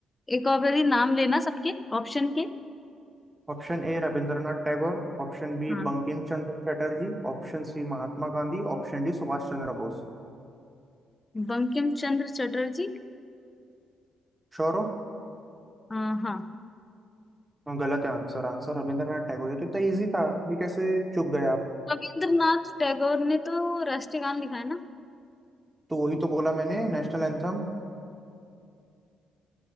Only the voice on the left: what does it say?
एक और बारी नाम लेना सबके ऑप्शन के
हाँ
बंकिम चंद्र चटर्जी
आ, हाँ
रविंद्रनाथ टैगोर ने तो राष्ट्रीय गान लिखा है ना